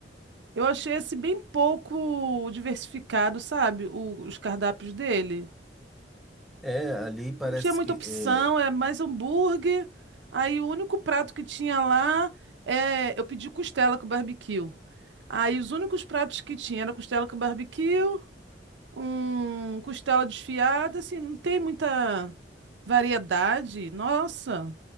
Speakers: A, on the right; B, in the centre.
A: Eu achei esse bem pouco diversificado, sabe? O- os cardápios dele.
B: É, ali parece
A: Não tinha muita
B: que
A: opção,
B: é,
A: é mais hambúrguer. Aí o único prato que tinha lá é. Eu pedi costela com barbecue. Aí os únicos pratos que tinha era costela com barbecue um costela desfiada, assim, não tem muita variedade. Nossa,